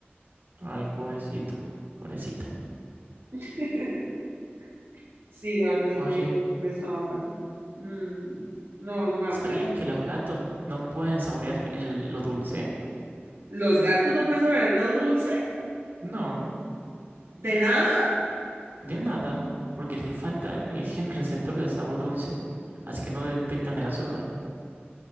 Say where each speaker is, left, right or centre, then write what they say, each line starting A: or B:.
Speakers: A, on the right; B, on the right.
A: ay, pobrecito, pobrecita.
B: <laughs> Sí, la verdad sí
A: Oye,
B: me dio mucho pesar. Mm, no, eso me da
A: ¿sabías
B: mucho.
A: que los gatos no pueden saborear el- lo dulce?
B: ¿Los gatos no pueden saber lo dulce?
A: No.
B: ¿De nada?
A: De nada, porque les falta el gen receptor del sabor dulce, así que no detectan el azúcar.